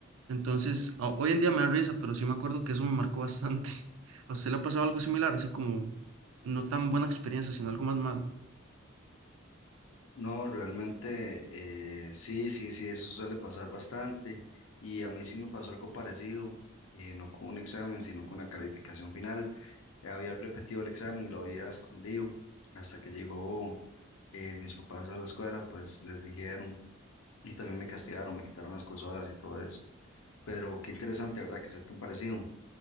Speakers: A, on the right; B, on the left.
A: Entonces, ho- hoy en día me da risa, pero sí me acuerdo que eso me marcó bastante. <laughs> ¿A usted le ha pasado algo similar, así como no tan buena experiencia, sino algo más malo?
B: No, realmente eh, sí, sí, sí, eso suele pasar bastante y a mí sí me pasó algo parecido, eh, no con un examen, sino con la calificación final. Había repetido el examen y lo había escondido hasta que llegó eh, mis papás a la escuela, pues les dijeron y también me castigaron, me quitaron las consolas y todo eso. Pero qué interesante, ¿verdad? Que sea tan parecido.